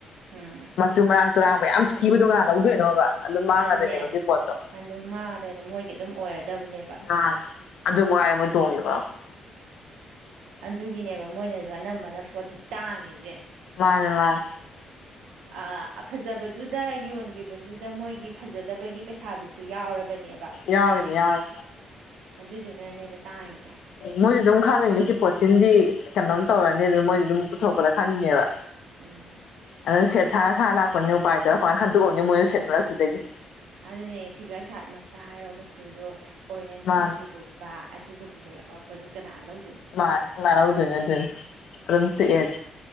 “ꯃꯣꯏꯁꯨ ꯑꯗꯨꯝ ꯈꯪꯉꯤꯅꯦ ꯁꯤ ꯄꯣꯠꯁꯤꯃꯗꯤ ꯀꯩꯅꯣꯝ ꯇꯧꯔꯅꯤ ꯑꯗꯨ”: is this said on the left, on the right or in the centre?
Left